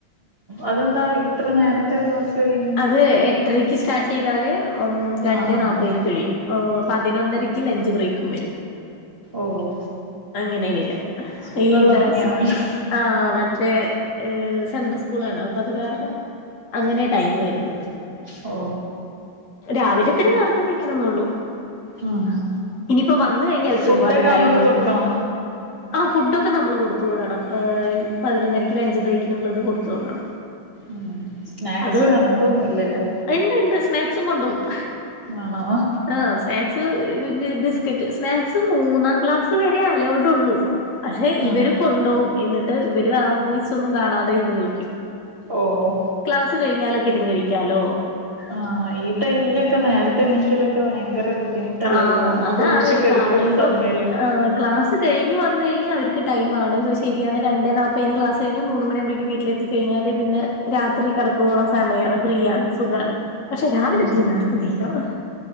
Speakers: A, on the right; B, on the left.
A: അതെന്തായി ഇത്ര നേരത്തെ ക്ല സുവിനു
B: അത് എട്ടരയ്ക്ക് സ്റ്റാർട്ട് ചെയ്താല് ഓഹ് രണ്ടെനാപ്പതിന്
A: ആഹ് ആഹ്
B: കഴിയും ഓഹ് പതിനൊന്നര ഇ ലഞ്ച് ബ്രേക്കും വെരും
A: ഓഹ്
B: അങ്ങനെ വെര
A: സുഖള്ള
B: ഈ ഡാസ്
A: പണിയാണല്ലോ
B: ആഹ് മറ്റേ സെൻട്ര സ്കൂളാണ് അപ്പൊ അത് കാരണം അങ്ങനെ ടൈം വെര്ന്നത്
A: ഓ
B: രാവിലെ ത്തിരി നേർത്തെ നീക്കണ ന്നേള്ളൂ
A: ആഹ്
B: ഇനിയിപ്പോ വന്ന് കഴിഞ്ഞാ അവര്ക്ക്
A: ഫുഡൊക്കെ
B: ഒരുപാട് ടൈമ്ണ്ട്
A: അങ്ങോട്ട് കൊടുക്കണോ
B: ആ ഫുഡൊക്കെ നമ്മൾ കൊടുത്തു വിടണം പതിനൊന്നരക്കി ലഞ്ച് ബ്രേക്കിന്ള്ളത് കൊടുത്തു വിടണം
A: ഉ സ്നാക്സ്
B: അത്
A: അങ്ങനത്തൊന്നും ഇല്ലല്ലേ
B: ഉണ്ട് ഉണ്ട് സ്നാക്സും കൊങ്ങോവും
A: ആണോ
B: ആഹ് സ്നാക്സ് ബിസ്ക്കറ്റ് സ്നാക്സ് മൂന്നാം ക്ലാസ് വരെ അലോവ്ടെള്ളൂ അക്ഷെ
A: ആഹ്
B: ഇവര് കൊണ്ടോവും എന്നിട്ട് ഇവര് അംമിസൊന്നും കാണാതെ ഇരുന്ന് കഴിക്കും
A: ഓഹ്
B: ക്ലാസ് കിഞ്ഞാലൊക്കെ ഇരുന്ന് കഴിക്കാലോ
A: ആഹ് ഈ ടൈമിലെക്കെ നേരത്തെ എണിക്കലൊക്കെ ഭയങ്കര ബു ബുദ്ധിമുട്ടല്ലേ
B: ആഹ്
A: ഈ തണുപ്പു
B: അതാണ്
A: പുടിച്ച്
B: ഒരു
A: കെടക്ക്ന്ന
B: പാട് ഇപ്പൊ
A: സമയല്ലേ
B: ആഹ് ക്ലാസ് കഴിഞ്ഞ് വന്ന് കഴിഞ്ഞ അവര്ക്ക് ടൈമ ആണ് പഷേ ശെരി ആണ് രണ്ടേ നാപ്പേന് ക്ലാസ് കഴിഞ്ഞ് മൂന്ന് മണി ആവുമ്പയേക്കും വീട്ടിലെത്തി കെഴിഞ്ഞാല് പിന്നെ രാത്രി കെടക്കുവോളം സമയാണ് ഫ്രീ ആണ് സുഖാണ് പക്ഷെ രാവിലെ
A: ഉം
B: ഇത്തിരി നേരത്തെ നീക്കണം